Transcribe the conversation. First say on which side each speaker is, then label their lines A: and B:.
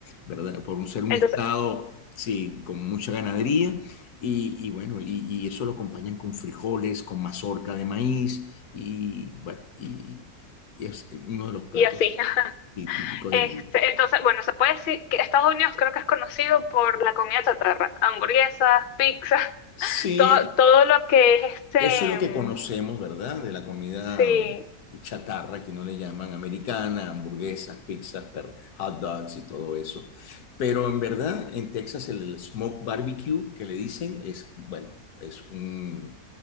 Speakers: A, on the left; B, on the left.
A: ¿verdad? Por un, ser un
B: Entonces,
A: Estado, sí, con mucha ganadería. Y, y bueno, y, y, eso lo acompañan con frijoles, con mazorca de maíz, y bueno, y, y es uno de los platos
B: y así. <laughs>
A: tí- típicos
B: Este,
A: de allí.
B: entonces, bueno, se puede decir que Estados Unidos creo que es conocido por la comida chatarra, hamburguesas, pizzas, <laughs>
A: Sí,
B: todo, todo lo que es este,
A: Eso es lo que
B: mm,
A: conocemos, ¿verdad? De la comida
B: sí,
A: chatarra, que no le llaman americana, hamburguesas, pizzas, per- hot dogs y todo eso. Pero en verdad, en Texas el smoke barbecue que le dicen es, bueno, es un-